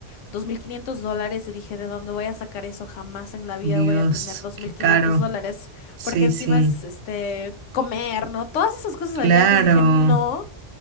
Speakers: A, on the left; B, on the right.
A: 2.500 dólares y dije, ¿de dónde voy a sacar eso? Jamás en la vida
B: Dios,
A: voy a tener dos
B: qué
A: mil quinientos
B: caro.
A: dólares
B: Sí,
A: porque encima
B: sí,
A: es este comer, ¿no? Todas esas cosas
B: claro.
A: allá. Entonces dije, no,